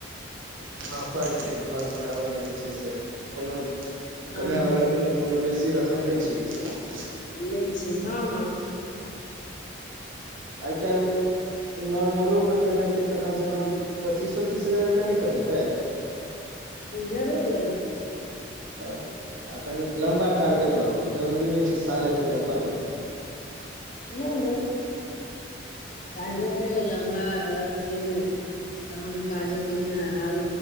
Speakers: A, on the right (about 85°); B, on the left (about 40°).
A: लौक एते घर बनाबय मे जे छै से कोनो
B: हँ
A: कमै
B: हँ
A: वला के लेल कोनो बेसी रकम नै छै ई सभ
B: नै छै हाँ हाँ
A: आइ कायल नोर्मल ओ कोइ कमेतै त कमस कम पचीसो तीस हजार रुपैआ नहि कमेतै
B: जरूर ए
A: तब कनिक लम्बा टारगेट
B: नहि
A: राख ह जरूरी नहि छै साले भरिमे क लेब हम
B: नय नय टारगेट लम्बा राकथिन तहन काज हेते ने आब